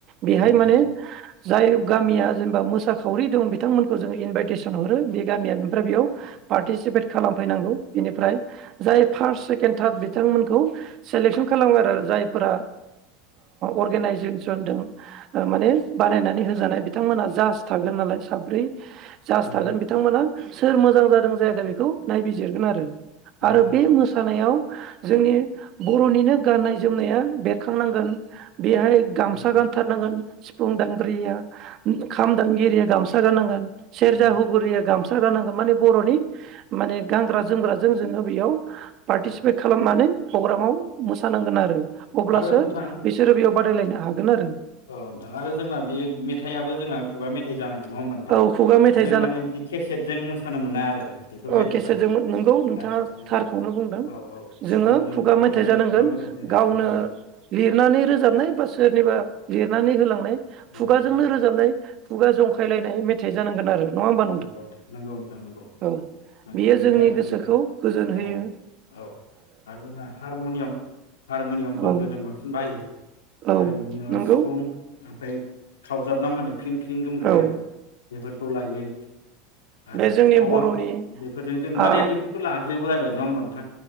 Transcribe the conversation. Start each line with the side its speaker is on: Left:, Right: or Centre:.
Right: बिहाय
Left: नंगौ
Right: माने
Left: नोंथां
Right: जाय गामिया जेनेबा मोसाखावरि दं बिथांमोनखौ जों इनभाइटेसन हरो बे गामि निफ्राय बेयाव पार्टिसिपेट खालामफैनांगौ बेनिफ्राय जाय फार्स्ट सेकेणड थार्ड बिथांमोनखौ सेलेकसन खालामो आरो जायफोरा अर्गेनाइजेसन दं माने बानायनानै होजानाय बिदि बिथांमोनहा जास थागोन नालाय साब ब्रै जास
Left: नंगौ
Right: थागोन
Left: नोंथां
Right: बिथांमोना । सोर मोजां जादों जायाखै बेखौ नायबिजिरगोन आरो ।
Left: नंगौ
Right: आरो
Left: नोंथां
Right: बे मोसानायाव जोंनि बर'निनो गाननाय जोमनाया बेरखांनांगोन बेहाय गामसा
Left: नंगौ नोंथां
Right: गानथारनांगोन सिफुं दामगिरिया खाम दामगिरिया गामसा गाननांगोन सेरजा
Left: नंगौ नोंथां नंगौ
Right: हुगुरिया
Left: नोंथां
Right: गाम सा गाननांगोन माने बर'नि माने गानग्रा जोमग्राजों जोंङो बेयाव पार्टिसिपेट
Left: औ
Right: खालामनानै पग्रामाव मोसानांगोन आरो अब्लासो
Left: आरो नोंथां
Right: बिसोरो बेयाव बादायलायनो हागोन आरो
Left: औ नोंथां आरो जोंना बे मेथायाबो जोंहा खुगा मेथाइ जानां गोन नङा होमबा नोंथां
Right: औ खुगा मेथाइ
Left: जों माने बिदि केेसेटजों मोसानो मोना आरो बेफोरबायदियावहाय
Right: अके सोर जों नंगौ नोंथाङा
Left: बायदिसिना
Right: थारखौनो
Left: औ
Right: बुंदों
Left: औ औ सिफुंजों
Right: जोंङो खुगा
Left: दामगोनो
Right: मेथाइ जानांगोन
Left: खुगा मेथाइजों रोजाबनांगोन
Right: गावनो लिरनानै रोजाबनाय बा सोरनिबा लिरनानै होलांनाय
Left: नंगौ
Right: खुगाजोंनो
Left: नोंथां
Right: रोजाबनाय खुगा जंखायलायनाय मेथाइ जानांगोन आरो नङा होमबा
Left: नंगौ नोंथां नंगौ नोंथां नंगौ
Right: औ
Left: नंगौ
Right: बियो
Left: बेनो
Right: जोंनि
Left: आरो
Right: गोसोखौ
Left: जोंनिया
Right: गोजोन
Left: औ
Right: होयो
Left: औ आरो जोंहा हारमनियाम-हारमुनियामफोरखौ
Right: औ
Left: जों बांसिन बाहायो
Right: औ
Left: हारमुनियामाव
Right: नंगौ
Left: सिफुं ओमफ्राय खावजाबना माहोनो ख्रिं-ख रिं गुमग्राया
Right: औ
Left: बेफोरफोर खौ लायो आरो
Right: बे जोंनि
Left: खावां
Right: बर'नि
Left: बेफोरजों जों माने
Right: आ
Left: बेफोरखौ लाजोबो आरो नङा होमबा नोंथां